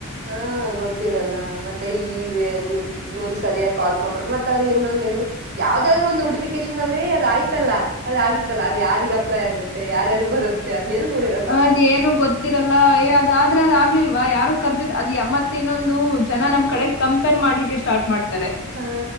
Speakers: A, on the right; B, on the left.
A: ಹಾ ಗೊತ್ತಿರಲ್ಲ ಮತ್ತೆ ಈವನ್ ಇವ್ರು ಸರಿಯಾಗಿ ಕಾಲ್ಪ ಮತ್ತ ಅವ್ರು ಇನ್ನೊಂದ ಏನು ಯಾವ್ದಾದ್ರು ಒಂದು ನೋಟಿಫಿಕೇಶನ್ ಆದ್ರೆ ಅದ ಆಯ್ತಲ್ಲಾ ಅದಗಿತ್ತಲ್ಲಾ ಅದು ಯಾರಿಿಗೆ ಅಪ್ಲೈ ಆಗುತ್ತೆ ಯಾರ್ಯಾರಿಗೆ ಬರುತ್ತೆ ಅದ್ನೇನು ನೋಡಿರಲ್ಲ
B: ಅದ್ ಏನು ಗೊತ್ತಿರಲ್ಲ ಅದ ಆದ್ರೆ ಅದ್ ಆಗ್ಲಿಲ್ವಾ ಯಾರ. ಕರ್ದಿದ್ ಅದು ಎಮ್ಮತ್ ಇನ್ನೊಂದು ಜನ ನಮ್ ಕಡೆ ಕಂಪೇರ್ ಮಾಡ್ಲಿಕ್ಕೆ ಸ್ಟಾರ್ಟ್ ಮಾಡ್ತಾರೆ.
A: ಹಾ